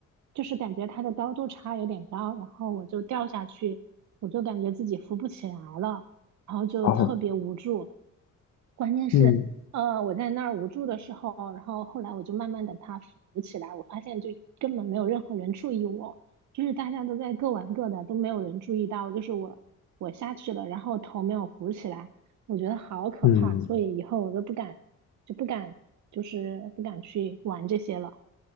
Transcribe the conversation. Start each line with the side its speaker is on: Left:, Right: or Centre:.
Right: 就是感觉它的高度差有点高，然后我就掉下去，我就感觉自己浮不起来了，然后就特别无助，
Left: 哦，
Right: 关键是，
Left: 嗯
Right: 呃，我在那儿无助的时候，然后后来我就慢慢的他扶起来，我发现就根本没有任何人注意我，就是大家都在各玩各的，都没有人注意到，就是我我下去了，然后头没有扶起来，我觉得好可怕，
Left: 嗯，
Right: 所以以后我都不敢，就不敢，就是不敢去玩这些了。